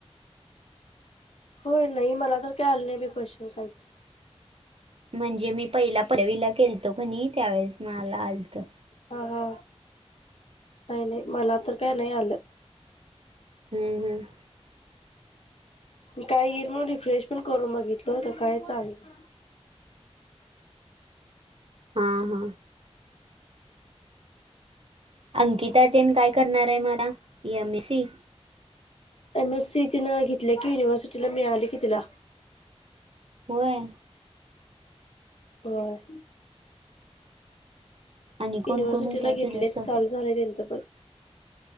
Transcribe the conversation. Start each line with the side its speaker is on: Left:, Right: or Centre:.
Left: <inaudible> होय नाही मला तर काय आलं नाही बी क्वेश्चन काहीच.
Right: म्हणजे मी पहिला पलवीला केलतो कणी त्यावेेळेस मला आलतं.
Left: हा हा नाही नाही मला तर काही नाही आलं.
Right: हम्म हम्.
Left: काय येईल म्हणून रिफ्रेश पण करून बघितलं तं काहीच आ लेल
Right: हा हा. अंकिता तीन काय करणार आहे मग आता M. A. C.
Left: M. S. C. तिनं घेतले की युनिव्हर्सिटीला मिळाली की तिला.
Right: व्हय.
Left: बर.
Right: आणि
Left: युनिव्हर्सिटीला
Right: कोण कोण होत्या
Left: घेतलीय
Right: तुझ्यासोबत
Left: चालू झालंय त्यांचं पण.